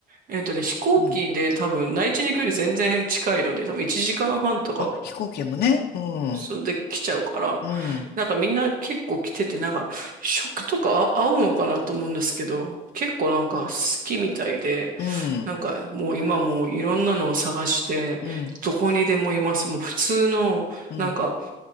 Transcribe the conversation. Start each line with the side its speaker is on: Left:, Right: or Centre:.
Right: えっとね、飛行機で多分内地に行くより全然近いので、
Left: うん。
Right: 多分1時間半とか、
Left: あ、飛行機でもね。うん。
Right: それで来ちゃうから、
Left: うん。
Right: なんかみんな結構来てて、なんか食とかあ合うのかなと思うんですけど、結構なんか好きみたいで、
Left: うん。
Right: なんかもう今もういろんなのを探して、
Left: うん。
Right: どこにでもいます。もう普通の、
Left: うん。
Right: なんか
Left: <laughs>